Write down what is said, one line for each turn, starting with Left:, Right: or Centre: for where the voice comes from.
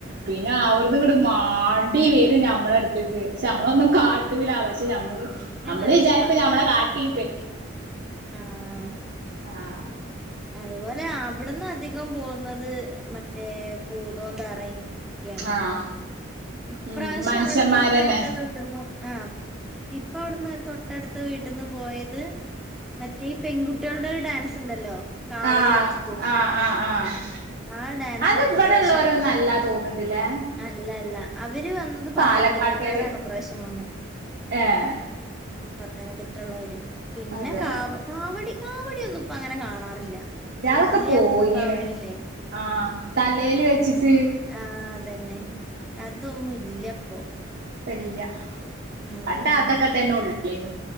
Right: പിന്നെ അവട്ന്നിങ്ങ്ട്ട് മാണ്ടി വേരും ഞമ്മളട്ത്ത്ക്ക് പക്ഷേ ഞമ്മളൊന്നും കാ ട്ടൂല പക്ഷെ ഞമ്മള്
Centre: എനിക്കങ്ങനെ
Right: നമ്മള്
Centre: പക്ഷെ
Right: വിചാരിക്കും ഞമ്മളെ കാട്ടിന്ന്
Centre: ആണല്ലേ
Right: ആഹ്
Centre: അതുപോലെ അവിടന്ന് അധികം പോവുന്നത് മറ്റേ പൂതോം തറയും ഒക്കെയാണ്
Right: ആഹ്
Centre: ഇപ്രാവശ്യം
Right: ഉം മനുഷ്യന്മാരന്നെ
Centre: അവിടെ തൊട്ടടുത്ത്ടുന്നോ ആഹ് ഇപ്പ അവിടുന്ന് തൊട്ടടുത്ത വീട്ടിന്ന് പോയത് മറ്റേ ഈ പെൺകുട്ടികളുടെ ഡാൻസ് ഇണ്ടല്ലോ കാവടി
Right: ആഹ്
Centre: പിടിച്ചിട്ടും
Right: ആഹ് ആഹ് ആഹ്
Centre: ആ ഡാൻസാണ്
Right: അത് ഇവിടെ
Centre: ഇപ്രാവശ്യം
Right: ഉള്ളോരോന്നല്ല
Centre: പോയത്
Right: തോന്നുന്നുണ്ടില്ലേ
Centre: അല്ല അല്ല അവര് വന്നത് പത്തനംതിട്ടക്കാരാണ്
Right: പാലക്കാട്ടേര്
Centre: ഇ പ്രാവശ്യം വന്ന്
Right: ഏഹ്
Centre: ഉം പത്തനംതിട്ടള്ളവര് പിന്നെ
Right: അതെ
Centre: കാവ കാവടി കാവടിയൊന്നും ഇപ്പ അങ്ങനെ കാണാറില്ല
Right: ഇല്ലാതൊക്കെ
Centre: വല്യ
Right: പോയിണ്
Centre: പൂക്കാവടി ഇല്ലേ
Right: ആഹ് തലേല് വെച്ചിട്ട്
Centre: ആഹ് അതെന്നെ അതൊന്നും ഇല്ലപ്പോ
Right: ഇപ്പല്ല
Centre: ഉം
Right: പണ്ട് അതൊക്കെ തന്നെ ഒള്ളേന്നു